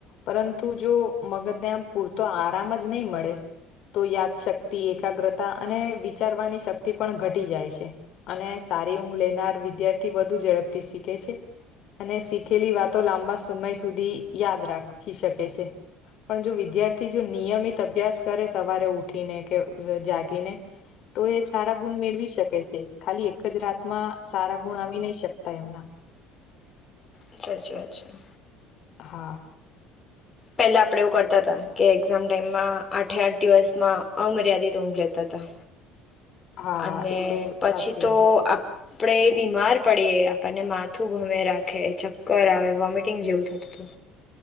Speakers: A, on the left; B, on the left.
A: પરંતુ જો મગજને આમ પૂરતો આરામ જ નહીં મળે તો યાદશક્તિ એકાગ્રતા અને વિચારવાની શક્તિ પણ ઘટી જાય છે. અને સારી ઊંઘ લેનાર વિદ્યાર્થી વધુ ઝડપથી શીખે છે. અને શીખેલી વાતો લાંબા સમય સુધી યાદ રાખી શકે છે. પણ જો વિદ્યાર્થી જો નિયમિત અભ્યાસ કરે સવારે ઉઠીને કે જાગીને તો એ સારા ગુણ મેળવી શકે છે ખાલી એક જ રાતમાં સારા ગુણ આવી નહી શકતા એમના
B: અછા અછા અછા
A: હા
B: પહેલા આપણે એવું કરતા હતા કે એક્ઝામ ટાઈમમાં આઠે આઠ દિવસમાં અમર્યાદિત ઊંઘ લેતા હતા
A: <unintelligible>
B: અને
A: એ તો
B: પછી
A: સાચી
B: તો
A: વાત છે
B: આપ આપડે એ બીમાર પડીએ આપણને માથું ઘુમેરાખે ચક્કર આવે વોમિટિંગ જેવું થતું હતુ.